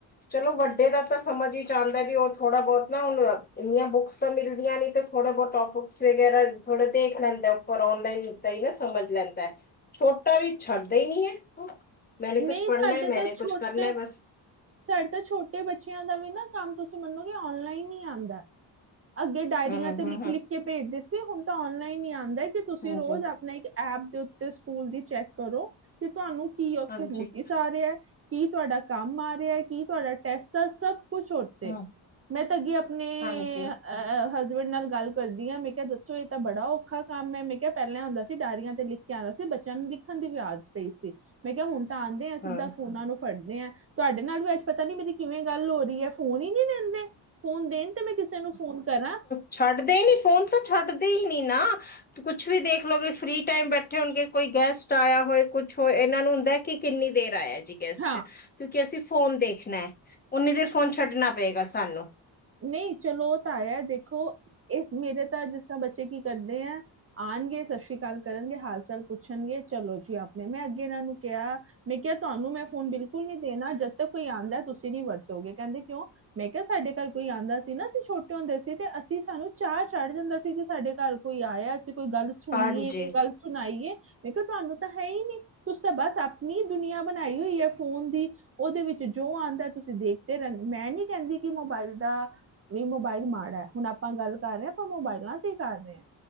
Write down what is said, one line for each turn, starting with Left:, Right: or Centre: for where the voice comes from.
Left: ਚਲੋ ਵੱਡੇ ਦਾ ਤਾਂ ਸਮਝ ਇਚ ਆਂਦਾ ਵੀ ਉ ਥੋੜਾ ਬੋਤ ਨਾ ਹੁਨ, ਇੰਨੀਆਂ ਬੁੱਕਸਾ ਮਿਲਦੀਆਂ ਨੀ ਥੋੜਾ ਬੋਤ ਟੋਪਿਕਸ ਵਗੈਰਾ ਥੋੜੇ ਦੇਖ ਲੈੰਦੈ ਪਰ ਔਨਲਾਈਨ ਤਾਂ ਈ ਨਾ ਸਮਝ ਲੈਂਦੇ, ਛੋਟਾ ਵੀ ਛੱਡਦਾ ਈ ਨੀ ਐ। ਮੈਂਨੇ
Right: ਨਹੀਂ
Left: ਕੁੱਛ ਪੜ੍ਹਨੈ,
Right: ਸਾਡੇ
Left: ਮੈਂਨੇ
Right: ਤਾਂ
Left: ਕੁਛ
Right: ਛੋਟੇ
Left: ਕਰਨੈ ਬਸ।
Right: ਸਾਡੇ ਤਾਂ ਛੋਟੇ ਬੱਚਿਆਂ ਦਾ ਵੀ ਨਾ ਕੰਮ ਤੁਸੀਂ ਮੰਨੋਗੇ ਔਨਲਾਈਨ ਈ ਆਂਦੈ। ਅੱਗੇ ਡਾਇਰੀਆਂ
Left: ਹਮ
Right: ਤੇ
Left: ਹਮ
Right: ਲਿਖ-ਲਿਖ
Left: ਹਮ
Right: ਕੇ ਭੇਜਦੇ ਸੀ ਹੁਨ ਤਾਂ ਓਨਲਾਈਨ ਈ ਆਂਦਾ ਕਿ ਤੁਸੀਂ
Left: ਹਾਂਜੀ
Right: ਰੋਜ਼ ਆਪਨਾ ਇੱਕ ਐਪ ਦੇ ਓੁਤੇ ਸਕੂਲ ਦੀ ਚੈਕ ਕਰੋ ਕੀ ਤੁਹਾਨੂੰ ਕੀ ਓਥੇ
Left: ਹਾਂਜੀ
Right: ਨੋਟਿਸ ਆ ਰਿਐ ਕੀ ਤੁਹਾਡਾ ਕੰਮ ਆ ਰਿਆ ਕੀ ਤੁਹਾਡਾ ਟੈਸਟ ਆ ਸਭ ਕੁਛ ਓੁਤੇ
Left: ਹਾਂ
Right: ਮੈਂ ਤਾਂ ਅੱਗੇ ਅਪਨੇ
Left: ਹਾਂਜੀ
Right: ਐ ਹਸਬੈਂਡ ਨਾਲ ਗੱਲ ਕਰਦੀ ਆਂ ਮੈਂ ਕਿਹਾ ਦੱਸੋ ਏ ਤਾਂ ਬੜਾ ਔਖਾ ਕੰਮ ਏ, ਮੈਂ ਕਿਆ ਪੈਲਾਂ ਏ ਹੁੰਦਾ ਸੀ ਡਾਇਰੀਆਂ ਤੇ ਲਿਖ ਕੇ ਆਂਦਾ ਸੀ ਬੱਚਿਆਂ ਨੂੰ ਲਿਖਨ ਦੀ ਵੀ ਆਦਤ ਪਈ ਸੀ, ਮੈਂ ਕਿਆ ਹੁਣ ਤਾਂ ਆਂਦੇ ਏਂ ਸਿੱਧਾਂ
Left: ਹਾਂ
Right: ਫੋਨਾ ਨੂੰ ਫੜਦੇ ਏਂ, ਤੁਹਾਡੇ ਨਾਲ ਵੀ ਅੱਜ ਪਤਾ ਨੀ ਮੇਰੀ ਕਿਵੇਂ ਗੱਲ ਹੋ ਰਈ ਏ ਫੋਨ ਈ ਨਈ ਦਿੰਦੇ। ਫੋਨ ਦੇਣ ਤੇ ਮੈਂ ਕਿਸੇ ਨੂੰ ਫੋਨ ਕਰਾਂ।
Left: ਛੱਡਦੇ ਈ ਨੀ ਫੋਨ ਤਾਂ ਛੱਡਦੇ ਈ ਨੀ ਨਾ ਕੁੱਛ ਵੀ ਦੇਖ ਲੋੋਗੇ ਫਰੀ ਟਾਈਮ ਬੈਠੇ ਹੋਣਗੇ ਕੋਈ ਗੈਸਟ ਆਇਆ ਹੋਏ ਕੁਛ ਹੋਏ ਇਨਾਂ ਨੂੰ ਹੁੰਦਾ ਕਿ ਕਿੰਨੀ ਦੇਰ ਆਇਆ ਜੀ। ਗੈਸਟ
Right: ਹਾਂ
Left: ਕਿਉਂਕਿ ਅਸੀਂ ਫੋਨ ਦੇਖਨੈ, ਉਨੀ ਦੇਰ ਫੋਨ ਛੱਡਣਾ ਪਏਗਾ ਸਾਨੂੰ।
Right: ਨਈ ਚਲੋ ਉ ਤਾਂ ਆਇਆ ਦੇਖੋ ਏ ਮੇਰੇ ਤਾਂ ਜਿਸ ਤਰ੍ਹਾਂ ਬੱਚੇ ਕੀ ਕਰਦੇ ਐਂ ਆਣਗੇ ਸਸ ਸ੍ਰੀ ਕਾਲ ਕਰਨਗੇ ਹਾਲ ਚਾਲ ਪੁੱਛਨਗੇ ਚਲੋ ਜੀ ਆਪਣੇ, ਮੈਂ ਅੱਗੇ ਇਨਾਂ ਨੂੰ ਕਿਹਾ ਮੈਂ ਕਿਹਾ ਤੁਹਾਨੂੰ ਮੈਂ ਫੋਨ ਬਿਲਕੁਲ ਨੀ ਦੇਣਾ ਜਦ ਤੱਕ ਕੋਈ ਆਦਾ ਤੁਸੀਂ ਨੀ ਵਰਤੋਗੇ, ਕਹਿੰਦੇ ਕਿਉਂ? ਮੈਂ ਕਿਹਾ ਸਾਡੇ ਘਰ ਕੋਈ ਆਦਾ ਸੀ ਨਾ ਅਸੀਂ ਛੋਟੇ ਹੁੰਦੇ ਸੀ ਤੇ ਅਸੀਂ ਸਾਨੂੰ ਚਾਅ ਚੜ ਜਾਂਦਾ ਸੀ ਕਿ ਸਾਡੇ ਘਰ ਕੋਈ ਆਇਆ ਅਸੀਂ ਕੋਈ ਗੱਲ ਸੁਣੀਏ
Left: ਹਾਂਜੀ
Right: ਕੋਈ ਗੱਲ ਸੁਣਾਈਏ। ਮੈਂ ਕਿਹਾ ਤੁਹਾਨੂੰ ਤਾਂ ਹੈ ਈ ਨੀ, ਤੁਸੀ ਤਾਂ ਬਸ ਆਪਣੀ ਈ ਦੁਨੀਆਂ ਬਣਾਈ ਹੋਈ ਏ ਫੋਨ ਦੀ। ਓਦੇ ਵਿੱਚ ਜੋ ਆਦਾ ਤੁਸੀਂ ਦੇਖਦੇ ਰਹਿੰਦੇ, ਮੈਂ ਨੀ ਕਹਿੰਦੀ ਕਿ ਮੋਬਾਇਲ ਦਾ ਵੀ ਮੋਬਾਇਲ ਮਾੜਾ ਐ ਹੁਣ ਆਪਾਂ ਗੱਲ ਕਰ ਰਹੇ ਹਾ ਆਪਾਂ ਮੋਬਾਇਲਾਂ ਤੇ ਕਰ ਰਹੇ ਆ।